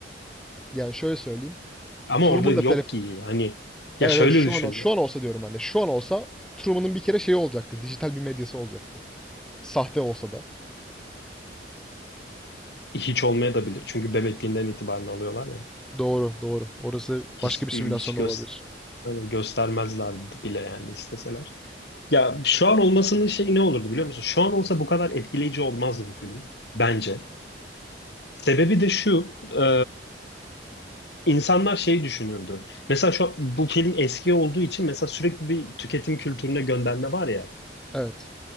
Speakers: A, in the centre; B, on the left.
A: yani şöyle söyleyeyim.
B: Ama
A: Turum'un
B: orada yok
A: da telef
B: ki hani ya
A: Evet
B: şöyle
A: evet şu
B: düşün
A: an şu an olsa diyorum ben de. Şu an olsa Turum'un bir kere şeyi olacaktı. Dijital bir medyası olacaktı. Sahte olsa da.
B: hiç olmaya da bilir çünkü bebekliğinden itibaren alıyorlar ya
A: Doğru, doğru. Orası
B: hiç,
A: başka bir simülasyon
B: hiç göz,
A: da olabilir.
B: hani göstermezler bile yani isteseler. Ya şu an olmasının şey ne olurdu biliyor musun? Şu an olsa bu kadar etkileyici olmazdı bu film bence. Sebebi de şu e, insanlar şey düşünürdü. Mesela şu an- bu film eski olduğu için mesela sürekli bir tüketim kültürüne gönderme var ya
A: Evet.